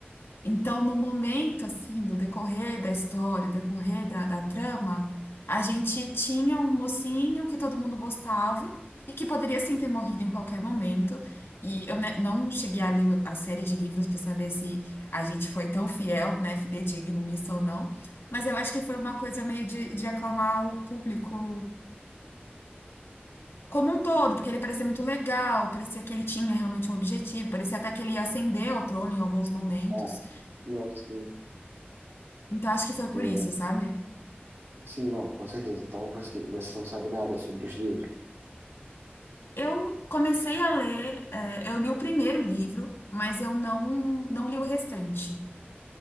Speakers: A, on the left; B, on the right.
A: Então, no momento, assim, do decorrer da história, decorrer da, da trama, a gente tinha um mocinho que todo mundo gostava e que poderia, sim, ter morrido em qualquer momento. E eu né, não cheguei a ler a série de livros para saber se a gente foi tão fiel, né, fidedigno nisso ou não. Mas eu acho que foi uma coisa meio de, de aclamar o público como um todo, porque ele parecia muito legal, parecia que ele tinha realmente um objetivo, parecia até que ele ia ascender ao trono em alguns momentos.
B: Ah, não, sim.
A: Então, acho que foi por
B: É,
A: isso, sabe?
B: sim, não, com certeza. Então você, você não sabe nada sobre os livros.
A: Eu comecei a ler, eh, eu li o primeiro livro, mas eu não, não li o restante.